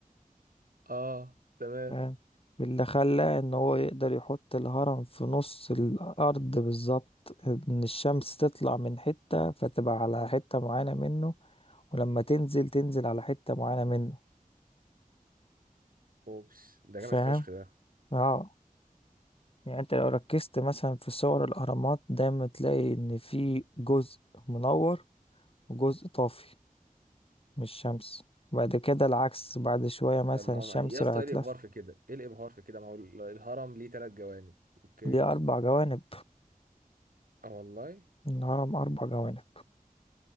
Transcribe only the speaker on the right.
آه تمام
أوبس ده
جامد فشخ ده
طب ما
هو يا اسطى
إيه الإبهار
في كده؟ إيه الإبهار في كده؟ ما هو الهرم ليه تلات جوانب أوكي؟
اه والله